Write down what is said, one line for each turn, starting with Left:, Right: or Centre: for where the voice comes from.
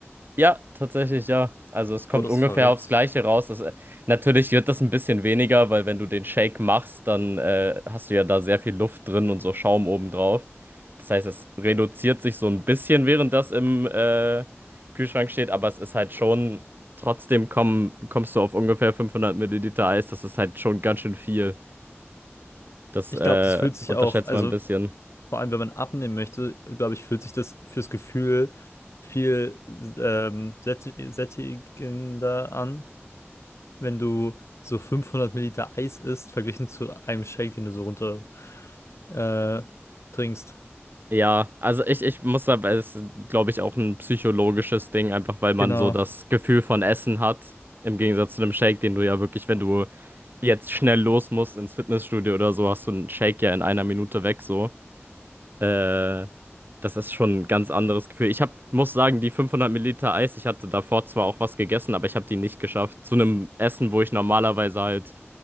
Right: Ja, tatsächlich, ja. Also es kommt
Left: Gott, das
Right: ungefähr
Left: ist verrückt.
Right: aufs Gleiche raus. Das, äh, natürlich wird das ein bisschen weniger, weil wenn du den Shake machst, dann äh, hast du ja da sehr viel Luft drin und so Schaum obendrauf. Das heißt, es reduziert sich so ein bisschen, während das im äh, Kühlschrank steht, aber es ist halt schon, trotzdem komm, kommst du auf ungefähr 500 Milliliter Eis. Das ist halt schon ganz schön viel. Das
Left: Ich
Right: äh,
Left: glaube, das fühlt sich
Right: unterschätzt
Left: auch, also
Right: man ein bisschen.
Left: vor allem, wenn man abnehmen möchte, glaube ich, fühlt sich das fürs Gefühl viel ähm, sätti- sättigender an, wenn du so 500 Milliliter Eis isst, verglichen zu einem Shake, den du so runter äh, trinkst.
Right: Ja, also ich, ich muss aber, es ist, glaube ich, auch ein psychologisches Ding, einfach weil man
Left: Genau.
Right: so das Gefühl von Essen hat. Im Gegensatz zu einem Shake, den du ja wirklich, wenn du jetzt schnell los musst ins Fitnessstudio oder so, hast du einen Shake ja in einer Minute weg, so. Äh, das ist schon ein ganz anderes Gefühl. Ich hab, muss sagen, die 500 Milliliter Eis, ich hatte davor zwar auch was gegessen, aber ich habe die nicht geschafft. Zu einem Essen, wo ich normalerweise halt